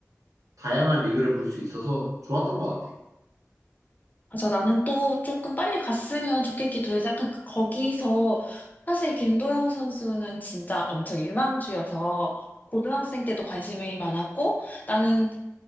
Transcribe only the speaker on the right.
다양한 리그를 볼 수 있어서 좋았던 것 같아.